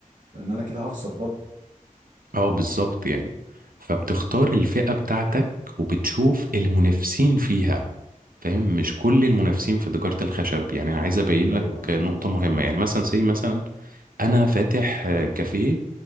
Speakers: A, on the right (about 70°); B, on the right (about 85°).
A: لان انا كده هخسر برضه
B: اه بالظبط يعني فبتختار الفئة بتاعتك وبتشوف المنافسين فيها فاهم مش كل المنافسين في تجارة الخشب يعني انا عايز ابين
A: ايوه
B: لك
A: ايوه
B: نقطة مهمة يعني مثلا زي مثلا انا فاتح آه، كافيه